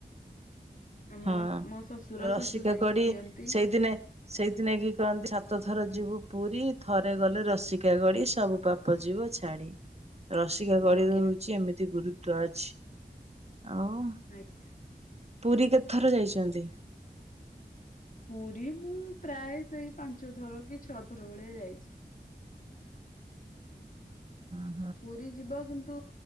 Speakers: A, on the left (about 50°); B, on the right (about 35°).
A: ଆମ
B: ହଁ
A: ମୋ ଶ୍ୱଶୁର
B: ରସିକାକଡି
A: ଶାଶୁ ଯାଇକି ଦିଅନ୍ତି
B: ସେଇଦିନେ ସେଇତିନାକି କହନ୍ତି ସାତ ଥର ଯିବୁ ପୁରୀ ଥରେ ଗଲେ ରସିକା ଗଡି ସବୁ ପାପ ଯିବ ଛାଡ଼ି। ରସିକାକଢ଼ିରେ
A: ଆଜ୍ଞା ଆଜ୍ଞା।
B: ହଉଛି ଏମିତି ଗୁରୁତ୍ବ ଅଛି। ଆଉ
A: ଆ <unintelligible>
B: ପୁରୀ କେତେଥର ଯାଇଛନ୍ତି?
A: ପୁରୀ ମୁଁ ପ୍ରାୟ ସେଇ ପାଞ୍ଚଥର କି ଛଅଥର ଭଳିଆ ଯାଇଛି।
B: ହଁ <inaudible>
A: ପୁରୀ ଯିବ କିନ୍ତୁ